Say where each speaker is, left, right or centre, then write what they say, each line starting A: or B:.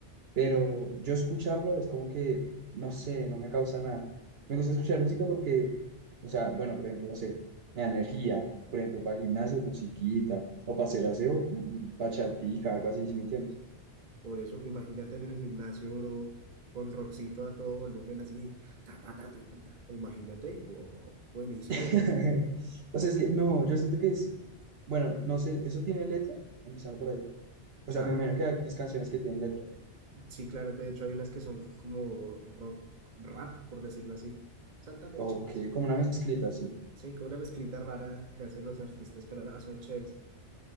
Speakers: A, on the right (about 60°); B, on the right (about 45°).
A: Pero yo escucharlo es como que, no sé, no me causa nada. Me gusta escuchar música porque, o sea, bueno, por ejemplo, no sé, me da energía, por ejemplo, para el gimnasio, musiquita, o para hacer aseo, mm, mm, bachatica, algo así, sí me entiendes?
B: Por eso, imagínate en el gimnasio, bro, con Roxito a todo volumen, así, ta, ta, ta, ta, ta, ta. Imagínate, wow, buenísimo,
A: <laughs>
B: ¿no?
A: O sea, es que no, yo siento que es, bueno, no sé, ¿eso tiene letra? Empezando por ahí. O
B: Claro,
A: sea, me imagino que hay algunas canciones que tienen letra.
B: sí, claro. De hecho, hay unas que son como rock, rap, por decirlo así. Son también chivas.
A: O que, como una mezclita, sí.
B: Sí, con una mezclita rara que hacen los artistas, pero no, son chéveres.